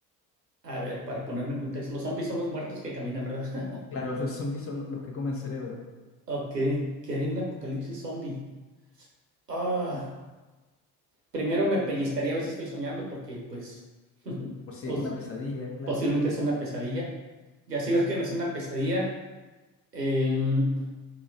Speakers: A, on the right; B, on the left.
A: A ver, para ponerme en contexto, los zombies son los muertos que caminan, ¿verdad? <laughs>
B: Claro, los zombies son lo- los que comen cerebro.
A: Ok, ¿qué haré en un apocalipsis zombie? Ah, primero me pellizcaría a ver si estoy soñando, porque pues, <laughs>
B: Por si
A: pues
B: es una pesadilla, claro.
A: posiblemente es una pesadilla. Ya si veo que no es una pesadilla, em,